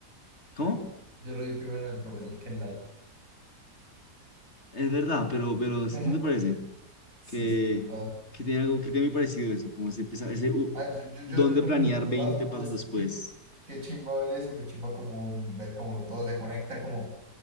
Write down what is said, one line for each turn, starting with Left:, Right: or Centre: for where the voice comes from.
Left: ¿Cómo?
Right: Yo lo vi primero en el profesor que en Light.
Left: Es verdad, pero, pero
Right: <laughs>
Left: ¿no te parece?
Right: Sí,
Left: Que,
Right: sí, o
Left: que tiene algo que tiene muy parecido eso, como ese, esa- ese uh,
Right: ah, yo, yo, yo,
Left: don
Right: yo
Left: de
Right: lo
Left: planear
Right: pienso por dos
Left: 20
Right: lados. Uno
Left: pasos
Right: es
Left: después.
Right: que qué chimba ver eso, qué chimba como ver cómo todo se conecta, como